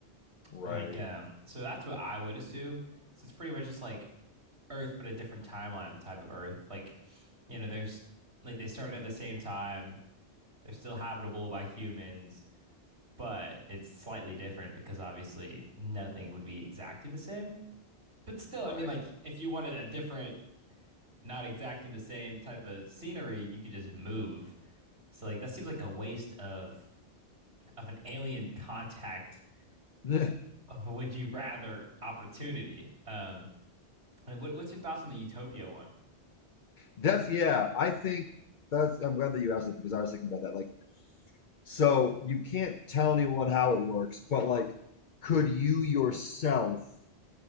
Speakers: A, on the left; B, on the right.
A: right,
B: Like um so that's what I would assume. So it's pretty much just like Earth but a different timeline type of Earth. Like you know, there's like they started at the same time. They're still habitable by humans but it's slightly different because obviously nothing would be exactly the same. But still,
A: right.
B: I mean, like if you wanted a different, not exactly the same type of scenery, you could just move. So like that seems like a waste of of an alien contact.
A: <laughs>
B: <laughs> Would you rather opportunity? Um, I mean, what, what's your thoughts on the Utopia one?
A: That's, yeah, I think that's, I'm glad that you asked it because I was thinking about that. Like, so you can't tell anyone how it works, but like, could you yourself